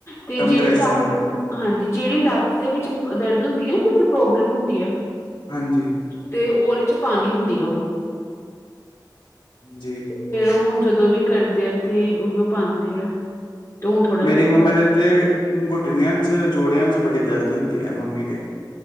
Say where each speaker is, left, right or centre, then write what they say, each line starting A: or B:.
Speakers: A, on the left; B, on the left.
A: ਤੇ
B: ਕੰਪ੍ਰੈਸ਼ਨ
A: ਜਿਹੜੀ ਲ
B: ਵਾਲੀ
A: ਹਾਂਜੀ, ਜਿਹੜੀ ਲੱਤ ਦੇ ਵਿੱਚ ਦਰਦ ਹੁੰਦੀ ਆ ਨ ਜਿੱਥੇ ਪ੍ਰੋਬਲਮ ਹੁੰਦੀ ਆ।
B: ਹਾਂਜੀ।
A: ਤੇ ਉਹਦੇ'ਚ ਪਾਣੀ ਹੁੰਦੀ ਆ, ਉਹ।
B: ਜੀ।
A: ਫੇਰ ਉਹ ਹੁਣ ਜਦੋਂ ਵੀ ਕਰਦੇ ਆ ਤੇ ਉਹਨੂੰ ਪਾਉਂਦੇ ਆ ਤੇ ਹੁਣ ਥੋੜਾ
B: ਮੇਰੀ
A: ਫੇਰ
B: ਮੰਮਾ
A: ਫਰਕ
B: ਦੇ
A: ਪਿਆ
B: ਤੇ ਘੁਟਨਿਆਂ 'ਚ ਜੋੜਿਆਂ 'ਚ ਬੜੀ ਦਰਦ ਹੁੰਦੀ ਹੈ ਮੰਮੀ ਤੇ